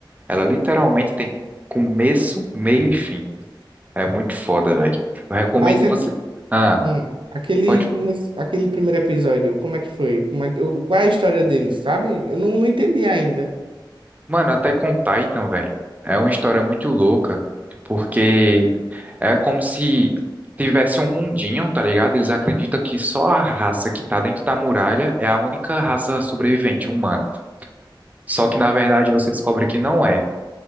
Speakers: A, on the right (about 20°); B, on the right (about 75°).
A: Ela literalmente tem começo, meio e fim. É muito foda, velho. Eu recomendo
B: Mas é
A: você. Ah.
B: Hum, aquele,
A: pode.
B: come... aquele primeiro episódio, como é que foi? Como é... que- o- Qual é a história deles, sabe? Eu não, não entendi ainda.
A: Mano, até com Titan, velho, é uma história muito louca, porque é como se tivesse um mundinho, tá ligado? Eles acreditam que só a raça que tá dentro da muralha é a única raça sobrevivente humana. Só que na verdade você descobre que não é.